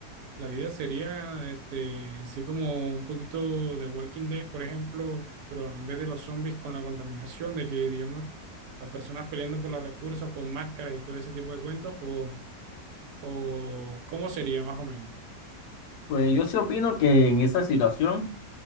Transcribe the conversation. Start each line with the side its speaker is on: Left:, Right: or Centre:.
Right: La vida sería este, así como un poquito de Walking Dead, por ejemplo, pero en vez de los zombies con la contaminación, de que, digamos, las personas peleando por los recursos con máscaras y todo ese tipo de cuentos, o, o cómo sería más o menos,
Left: pues yo sí opino que en esa situación,